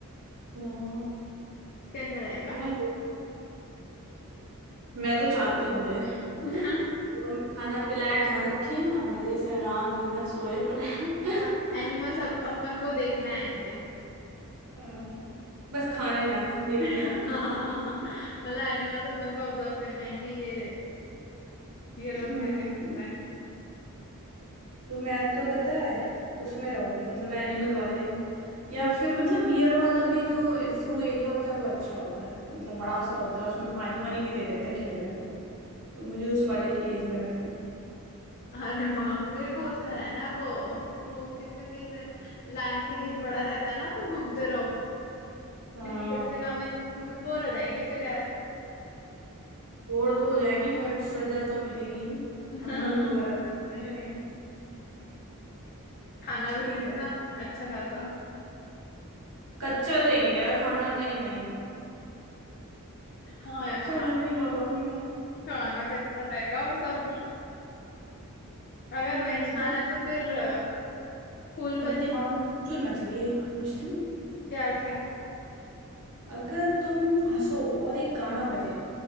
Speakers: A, on the right; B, on the left.
A: हम्म,
B: कैसा रहेगा
A: हमारी मैं तो चाहती हूँ हो जाए
B: <laughs>
A: <laughs> वो हमें खाना पिलाए घर रखे हम मजे से आराम दिन भर सोए पड़े
B: और एनिमल्स
A: <laughs>
B: अप, अपन को देखने आएंगे
A: हाँ, बस खाने ना आए देखने
B: <laughs> मतलब
A: आए
B: एनिमल्स अपन को ऑब्जर्व करने आएंगे ये ये लोग
A: हम्म
B: यहाँ क्या कर रहे हैं
A: तो मैं तो पता है उसमें रहूंगी मतलब एनिमल वाले या फिर मतलब बियर वाला भी जो जू एरिया होता है वो अच्छा होता है मतलब बड़ा सा होता है उसमें पानी वानी भी दे देते हैं खेलने को तो मुझे उस वाले की एज में रखने
B: अरे वाह मेरे को उसमें रहना है वो वो किसका केस रहता है लायन का केस बड़ा रहता है ना तो घूमते रहो
A: हाँ
B: ऐसे छोटी जगह में बोर हो जाएंगे फिर यार
A: बोर तो हो जाएंगे बट सजा तो मिलेगी
B: <laughs>
A: हमने उनको करा तो हमने करेंगे
B: खाना
A: ठीक
B: भी मिलेगा
A: है
B: अच्छा खासा
A: कच्चा देंगे यार खाना नहीं नहीं <laughs>
B: हाँ
A: कच्चा
B: यार खा,
A: खाना नहीं खा पाऊंगी मैं
B: खाना कच्चा रहेगा और सब अगर
A: हम्म
B: वेज खाना
A: चल
B: है तो फिर अ, फूल
A: मेरे
B: बत
A: दिमाग में हलचल मच रही है एक पूछती हूँ
B: क्या क्या
A: अगर तुम हंसो और एक गाना बजे